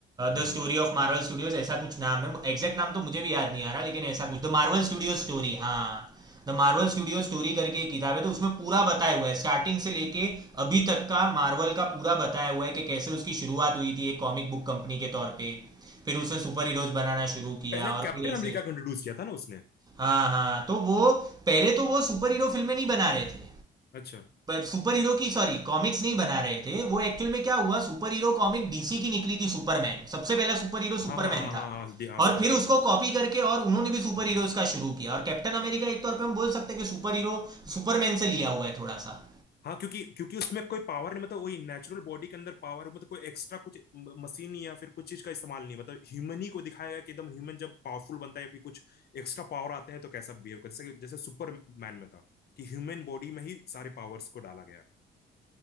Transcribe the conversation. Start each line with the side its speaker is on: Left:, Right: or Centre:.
Left: हाँ
Right: The
Left: हाँ
Right: story of Marvel Studios ऐसा कुछ नाम है एग्जैक्ट नाम तो मुझे भी याद नहीं आ रहा लेकिन ऐसा कुछ द मार्वल स्टूडियो स्टोरी हाँ द मार्वल स्टूडियो स्टोरी करके एक किताब है तो उसमें पूरा बताया हुआ है स्टार्टिंग से लेके अभी तक का मार्वल का पूरा बताया हुआ है कि कैसे उसकी शुरुआत हुई थी एक कॉमिक बुक कंपनी के तौर पे फिर उसने सुपर हीरोज बनाना शुरू किया
Left: पहला
Right: और
Left: कैप्टन
Right: फिर ऐसे
Left: अमेरिका को इंट्रोड्यूस किया था ना उसने
Right: हाँ हाँ तो वो पहले तो वो सुपर हीरो फिल्में नहीं बना रहे थे
Left: अच्छा
Right: सुपर हीरो की सॉरी कॉमिक्स नहीं बना रहे थे वो एक्चुअल में क्या हुआ सुपर हीरो कॉमिक डीसी की निकली थी सुपरमैन सबसे पहला सुपर हीरो सुपरमैन
Left: हाँ हाँ हाँ हाँ
Right: था
Left: हाँ हाँ हाँ, हाँ, सुपर
Right: और फिर उसको कॉपी करके और उन्होंने भी सुपर हीरोज का शुरू किया और कैप्टन अमेरिका एक तौर पे हम बोल सकते हैं कि सुपर हीरो सुपरमैन से लिया हुआ है थोड़ा सा
Left: हाँ क्योंकि क्योंकि उसमें कोई पावर नहीं मतलब वही नेचुरल बॉडी के अंदर पावर मतलब कोई एक्स्ट्रा कुछ मशीन या फिर कुछ चीज का इस्तेमाल नहीं मतलब ह्यूमन ही को दिखाया गया कि एकदम ह्यूमन जब पावरफुल बनता है या फिर कुछ एक्स्ट्रा पावर आते हैं तो कैसा बिहेव कर जैसे जैसे सुपरमैन में था कि ह्यूमन बॉडी में ही सारे पावर्स को डाला गया